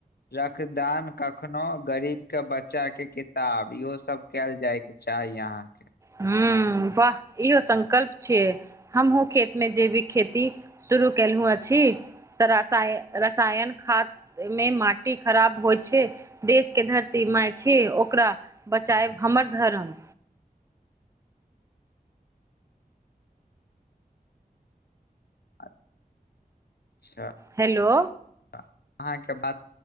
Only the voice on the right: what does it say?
हुँ हँ वाह इहो संकल्प छियै हमहुँ खेत मे जैविक खेती शुरू केलहुँ अछि सरसाय रसायन खाद्य मे माटी खराब होइ छै देश के धरती माय छै ओकरा बचाएब हमर धरम
हेलो